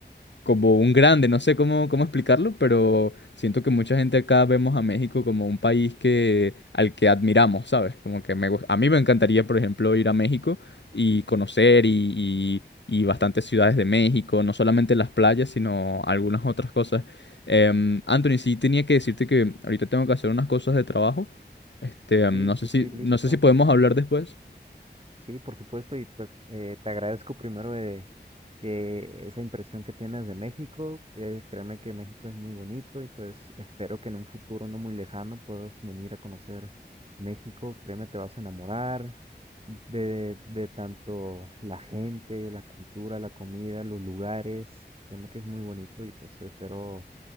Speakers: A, on the left (about 85°); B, on the right (about 35°).
A: como un grande, no sé cómo, cómo explicarlo, pero siento que mucha gente acá vemos a México como un país que, al que admiramos, ¿sabes? Como que me, gus- a mí me encantaría, por ejemplo, ir a México y conocer y, y- y bastantes ciudades de México, no solamente las playas, sino algunas otras cosas. Em, Anthony, sí tenía que decirte que ahorita tengo que hacer unas cosas de trabajo. Este, em,
B: Sí,
A: no
B: sí,
A: sé
B: sí,
A: si,
B: listo.
A: no sé si podemos hablar después.
B: Sí, por supuesto, y pues eh, te agradezco primero eh, que esa impresión que tienes de México, que créeme que México es muy bonito y pues espero que en un futuro no muy lejano puedas venir a conocer México, créeme te vas a enamorar de, de tanto la gente, la cultura, la comida, los lugares, créeme que es muy bonito y pues espero